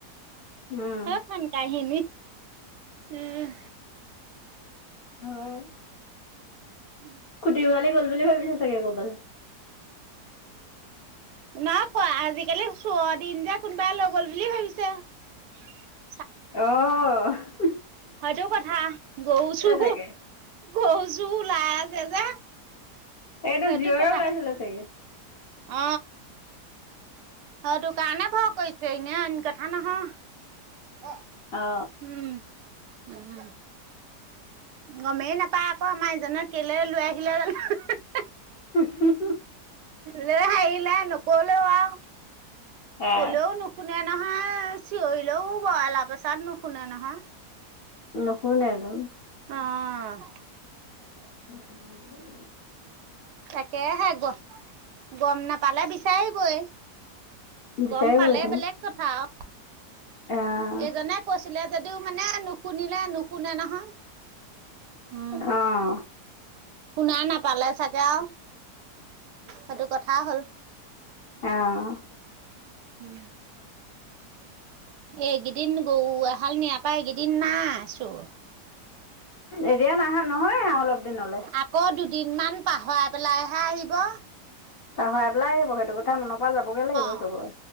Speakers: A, on the left; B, on the right.
A: উম
B: সেইখন কাহিনী উম
A: হয়
B: উম
A: <unintelligible> গ'ল বুলি ভাবিছে চাগে ক'ৰবালে
B: নাইপোৱা আজি-কালি চোৰৰ দিন যে কোনোবাই লৈ গ'ল বুলি ভাবিছে। <inaudible>
A: অ হ
B: সেইটো কথা গৰু চুৰ
A: চাগে
B: গৰু চুৰ ওলাই আছে যে।
A: এইটো
B: সেইটো
A: জীয়
B: কথা
A: ওলাইছিলে চাগে।
B: অ সেইটো কাৰণে ভয় কৰিছে এনে অইন কথা নহয়। উম
A: অ
B: উম গমেই নাপাই আকৌ আমাৰ এইজনে কেলে লৈ আহিলে জানো এহেহ হে
A: হুহ হুহ
B: লে হাঁহি ওলাই নকলেও আৰু
A: এ
B: কলেও নো শুনে নহয় চিঞৰিলেও বৰ এলা পেছাত নুশুনে নহয়।
A: নুশুনেটোন
B: অ'
A: <unintelligible>
B: তাকেহে গম গম নাপালে বিচাৰিবই।
A: বিচাৰিবইতোন
B: গম পালে বেলেগ কথা আও
A: আহ
B: এইজনে কৈছিলে যদিও মানে নুশুনিলে নুশুনে নহয় উ
A: অ
B: শুনা নাপালে চাগে আও সেইটো কথা হ'ল।
A: এঅ
B: উম এইকেইদিন গৰু এহাল নিয়াৰ পৰা এইকেইদিন নাই চুৰ।
A: এতিয়া নাহা নহয় আৰু অলপ দিনলে
B: আকৌ দুদিনমান পাহৰাই পেলাইহে আহিব।
A: পাহৰাই পেলাই আহিব সেইটো কথা মনৰ পৰা যাবগৈ লাগিব
B: অ
A: চবৰে।